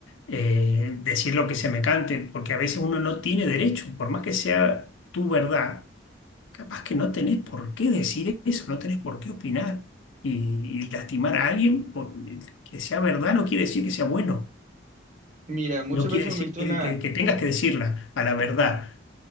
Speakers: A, on the left; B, on the right.
A: Eh, decir lo que se me cante, porque a veces uno no tiene derecho, por más que sea tu verdad, capaz que no tenés por qué decir eso, no tenés por qué opinar y, y lastimar a alguien por- que sea verdad no quiere decir que sea bueno,
B: Mira, muchas
A: no quiere
B: veces
A: decir
B: me he visto
A: que,
B: la...
A: que- que tengas que decirla a la verdad.